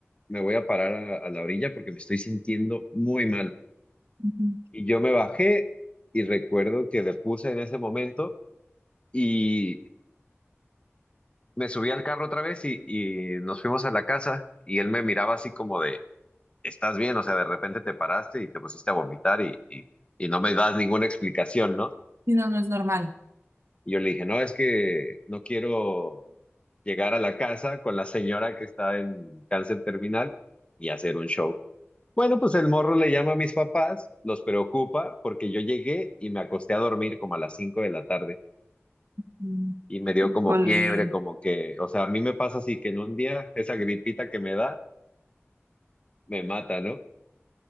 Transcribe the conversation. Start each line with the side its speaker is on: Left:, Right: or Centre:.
Left: Me voy a parar a, a la orilla porque me estoy sintiendo muy mal.
Right: ujú.
Left: Y yo me bajé y recuerdo que le puse en ese momento y me subí al carro otra vez y, y nos fuimos a la casa y él me miraba así como de, ¿estás bien? O sea, de repente te paraste y te pusiste a vomitar y, y, y no me das ninguna explicación, ¿no?
Right: Y no, no es normal.
Left: Y yo le dije, no, es que no quiero llegar a la casa con la señora que está en cáncer terminal y hacer un show. Bueno, pues el morro le llama a mis papás, los preocupa porque yo llegué y me acosté a dormir como a las 5 de la tarde
Right: Mm.
Left: y me dio
Right: Híjole,
Left: como fiebre, como que, o sea, a mí me pasa así que en un día esa gripita que me da me mata, ¿no?